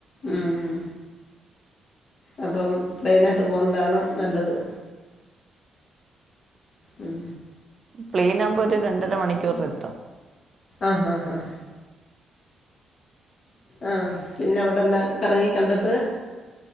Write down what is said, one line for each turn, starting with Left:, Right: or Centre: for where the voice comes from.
Left: ഉം. അപ്പം പ്ലെയിനകത്ത് പോകുന്നതാണ് നല്ലത് ഉം
Right: പ്ലെയിൻ ആവുമ്പോ ഒരു രണ്ടര മണിക്കൂറൽെത്തും
Left: ആഹ ആഹ ആഹ ആ പിന്നെ അവിടെ എല്ലാം കറങ്ങി കണ്ടിട്ട്